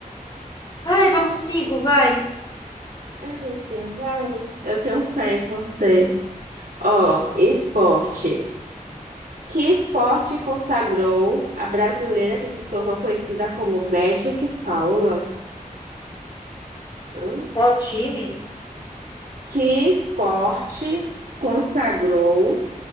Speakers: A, on the left; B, on the right.
A: Ai, vamos cinco, vai.
B: É, minha filha, vale. Eu tenho fé em você. Ó, esporte. Que esporte consagrou a brasileira que se tornou conhecida como Magic Paula? Hã?
A: Qual time?
B: Que esporte consagrou